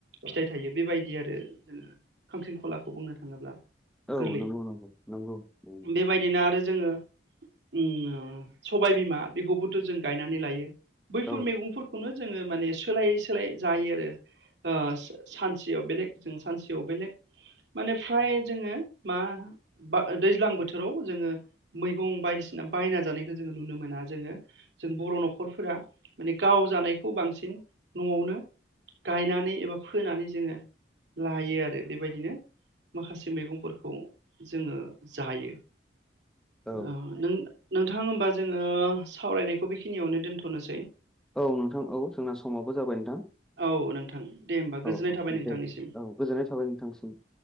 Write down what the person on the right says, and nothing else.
फिथाइ थायो बेबायदि आरो जोङो खांख्रिं खलाखौ बुंनो थाङोब्ला।
गोरलै
बेबायदिनो आरो जोङो उम सबाय बिमा बेखौबोथ' जों गायनानै लायो। बैफोर
मैगंफोरखौनो जोङो माने सोलायै सोलायै जायो आरो। ओ सानसेयाव बेलेग जों सानसेयाव बेलेग माने फ्राय जोङो मा बा दैज्लां बोथोराव जोङो मैगं बायदिसिना बायना जानायखौ जोङो नुनो मोना जोङो जों बर' नख'रफोरा माने गाव जानायखौ बांसिन न'आवनो गायनानै एबा फोनानै जोङो लायो आरो बेबायदिनो। माखासे मैगंफोरखौ जोङो जायो।
ओ नों नोंथां होमबा जोङो सावरायनायखौ बेखिनियावनो दोनथ'नोसै।
औ नोंथां दे होमबा गोजोननाय
थाबाय नोंथांनिसिम